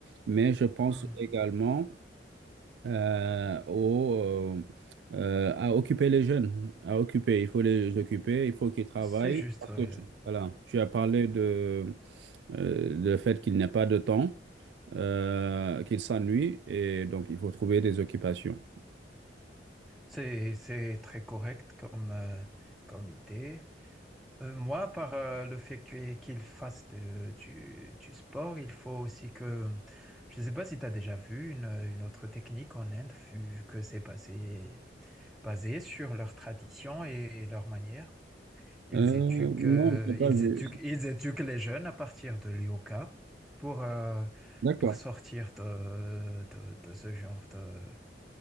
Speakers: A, on the right; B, in the centre.
A: Mais je pense
B: Mhm.
A: également euh, au, euh, euh, à occuper les jeunes. À occuper, il faut les occuper, il faut qu'ils travaillent.
B: c'est juste,
A: Parce
B: ouais.
A: que, tu- voilà, tu as parlé de, euh, le fait qu'il n'y a pas de temps euh, qu'il s'ennuie et donc il faut trouver des occupations.
B: C'est c'est très correct comme, euh, comme idée. Euh, moi, par euh, le fait que- qu'il fasse de- du, du sport, il faut aussi que... Je ne sais pas si tu as déjà vu une, une autre technique en Inde, vu que c'est basé, basé sur leurs traditions et leurs manières. Ils
A: Euh,
B: éduquent,
A: non,
B: euh,
A: je sais pas,
B: ils
A: mais...
B: éduquent, ils éduquent les jeunes à partir de yoga pour, euh,
A: D'accord.
B: pour sortir de, de, de ce genre de,